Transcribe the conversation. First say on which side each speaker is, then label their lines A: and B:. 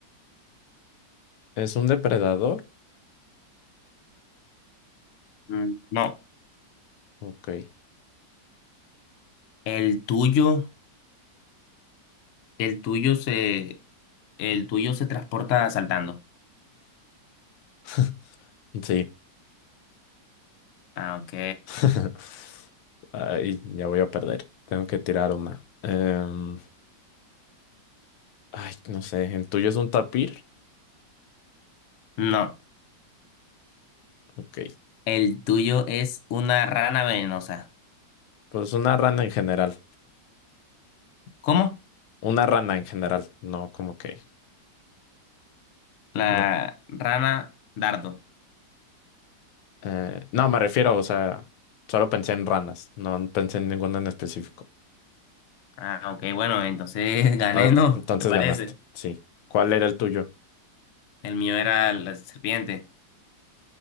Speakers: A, on the left; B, on the left.
A: es un depredador.
B: Mm, No.
A: Ok.
B: El tuyo, el tuyo se, el tuyo se transporta saltando.
A: <laughs> Sí.
B: Ah, ok.
A: <laughs> Ay, ya voy a perder. Tengo que tirar una. Em, ay, no sé. ¿El tuyo es un tapir?
B: No.
A: Ok.
B: El tuyo es una rana venenosa.
A: Pues una rana en general.
B: ¿Cómo?
A: Una rana en general. No, como que.
B: La
A: una-
B: rana dardo.
A: eh, no, me refiero, o sea, solo pensé en ranas. No pensé en ninguna en específico.
B: Ah, ok, bueno, entonces <laughs> gané,
A: Entonces,
B: ¿no?
A: entonces
B: ¿Te parece?
A: ganaste. Sí. ¿Cuál era el tuyo?
B: El mío era la serpiente.